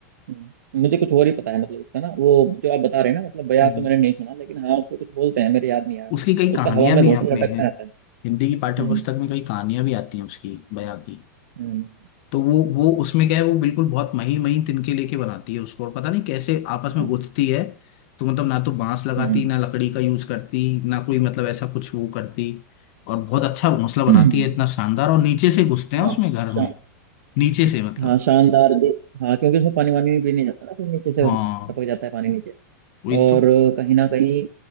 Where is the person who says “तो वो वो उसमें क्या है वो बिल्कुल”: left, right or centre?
Left